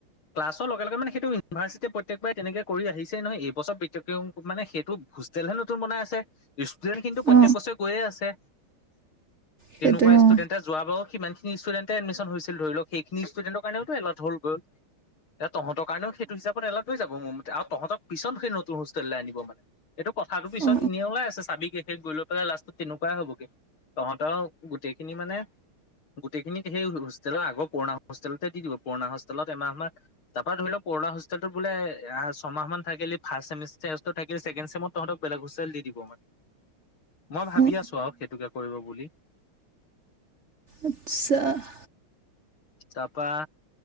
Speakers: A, on the left (about 75°); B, on the right (about 40°).
A: ক্লাছৰ লগে-লগে মানে সেইটো ইউনিভাৰ্চিটিয়ে প্ৰত্যেকবাৰে তেনেকে কৰি আহিছেই নহয়। এইবছৰ <unintelligible> মানে সেইটো হোষ্টেলহে নতুন বনাই আছে। ইষ্টুডেণ্টখিনিটো প্ৰত্যেক
B: অ
A: বছৰে গৈয়ে আছে। তেনেকুৱা
B: সেইটোৱে
A: ষ্টুডেণ্টে
B: অ
A: যোৱা বাৰু, সিমানখিনি ষ্টুডেণ্টে এডমিচন হৈছিল ধৰি লক। সেইখিনি ষ্টুডেণ্টৰ কাৰণেওতো এলট হ'ল- গ'ল। এ তহঁতৰ কাৰণেও সেইটো হিচাপত এলট হৈ যাব মোৰ মতে। আৰু তহঁতক পিছত সেই নতুন হোষ্টেললৈ আনিব মানে। এইটো কথাটো পিছত
B: অ
A: এনে ওলাই আছে, চাবি গে। শেষ গৈ লৈ পেলাই লাষ্টত তেনেকুৱাই হ'বগে। তহঁতও গোটেইখিনি মানে গোটেইখিনিত সেই হোষ্টেলৰ আগৰ পুৰণা হোষ্টেলতে দি দিব। পুৰণা হোষ্টেলত এমাহমান, তাৰপৰা ধৰি ল পুৰণা হোষ্টেলটোত বোলে অ'- ছমাহ মান থাকিলি। ফাৰ্ষ্ট চেমষ্টাৰতো থাকিলি। ছেকেণ্ড চেমত তহঁতক বেলেগ হোষ্টেল দি দিব মানে। মই ভাবি
B: অ অ
A: আছোঁ আৰু, সেইটোকে কৰিব বুলি।
B: আচছা <unintelligible>
A: তাপা